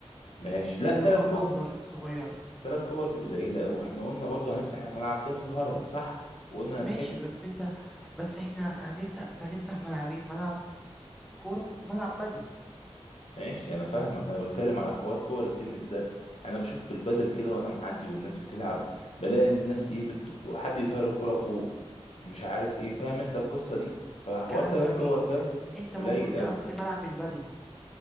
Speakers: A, on the left; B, in the centre.
A: ماشي
B: اللي
A: لا
B: هي لونها
A: تلات كور
B: أخضر الصغيرة
A: تلات كور دي قليلة أوي احنا قلنا برضو هنفتح الملعب ده في الهرم صح وقلنا
B: ماشي
A: هنحب
B: بس أنت بس إحنا هنفتح أنت هتفتح ملعبين ملعب كورة وملعب بدل
A: ماشي انا فاهمك انا بتكلم على حوار كور التنس ده انا بشوف في البدل كده وانا معدي والناس بتلعب بلاقي الناس ايه بت... حد يطير الكرة فوق مش عارف ايه فاهم انت القصة دي فحوار
B: كلام
A: تلات
B: جميل
A: كور ده
B: أنت
A: قليل
B: مفروض تقفل
A: قوي
B: ملعب البدل